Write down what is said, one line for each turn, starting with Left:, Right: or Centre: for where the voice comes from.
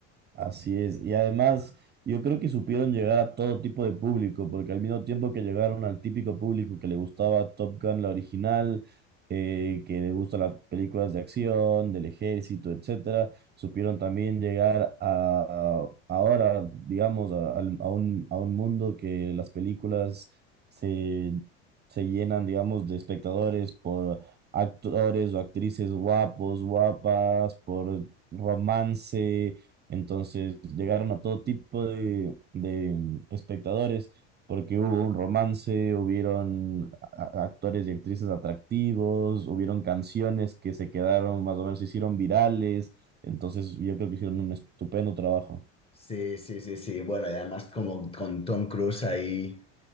Right: Así es. Y además, yo creo que supieron llegar a todo tipo de público, porque al mismo tiempo que llegaron al típico público que le gustaba Top Gun, la original, eh, que le gustan las películas de acción, del ejército, etcétera, supieron también llegar a, a- ahora, digamos, a, al- a un, a un mundo que las películas se, se llenan, digamos, de espectadores por actores o actrices guapos, guapas, por romance entonces llegaron a todo tipo de, de espectadores porque hubo un romance, hubieron a- actores y actrices atractivos, hubieron canciones que se quedaron más o menos, se hicieron virales. Entonces yo creo que hicieron un estupendo trabajo.
Left: Sí, sí, sí, sí. Bueno, y además como con Tom Cruise ahí.